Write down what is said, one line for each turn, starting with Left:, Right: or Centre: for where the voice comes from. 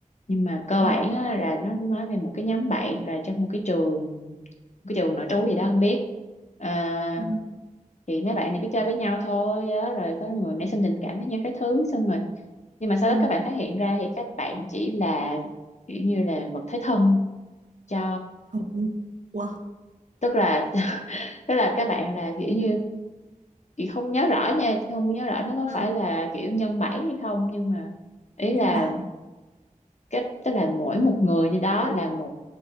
Left: nhưng mà cơ
Right: ờ
Left: bản á, là nó nói về một cái nhóm bạn là trong một cái trường cái trường nội trú gì đó không biết à,
Right: ừ
Left: thì mấy bạn này cứ chơi với nhau thôi á, rồi có người nảy sinh tình cảm với nhau cái thứ xong rồi nhưng mà sau
Right: ừ
Left: đó các bạn phát hiện ra thì các bạn chỉ là kiểu như là vật thế thân cho
Right: Ồ, ủa
Left: tức là <laughs> tức là các bạn là kiểu như chị không nhớ rõ nha không nhớ rõ nó có
Right: ừ.
Left: phải là kiểu nhân bản hay không nhưng mà ý
Right: nhân
Left: là
Right: bản á.
Left: cái tức là mỗi một người như đó là một